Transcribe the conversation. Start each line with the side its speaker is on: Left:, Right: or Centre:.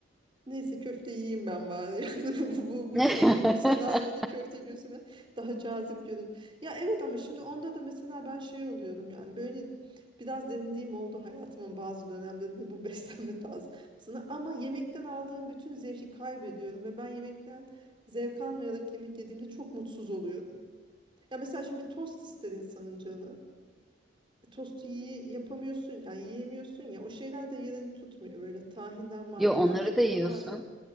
Right: Neyse köfte yiyeyim ben bari. <laughs> Yani bu, bu, bu bu
Centre: <laughs>
Right: şeyde bu senaryoda köfte gözüme daha cazip görün. Ya evet ama şimdi onda da mesela ben şey oluyorum yani böyle biraz denediğim oldu hayatımın bazı dönemlerinde bu <laughs> beslenme tarzını ama yemekten aldığım bütün zevki kaybediyorum ve ben yemekten zevk almayarak yemek yediğimde çok mutsuz oluyorum. Ya mesela şimdi bir tost ister insanın canı. tostu yiye- yapamıyorsun yani yiyemiyorsun ya o şeyler de yerini tutmuyor böyle tahinden mahinden
Centre: Yo onları
Right: yapıyorlar
Centre: da yiyorsun.
Right: ya